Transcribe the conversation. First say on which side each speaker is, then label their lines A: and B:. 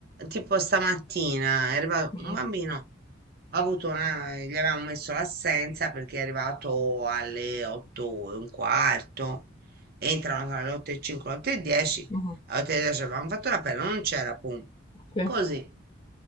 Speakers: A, on the right (about 50°); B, on the left (about 25°).
A: tipo stamattina è arrivato
B: mhm,
A: un bambino ha avuto una, gli avevamo messo l'assenza perché è arrivato alle 8 e un quarto, entrano tra le 8 e 5 e le 8 e 10,
B: mhm.
A: alle 8 e 10 avevamo fatto l'appello, non c'era punto.
B: Sì,
A: Così.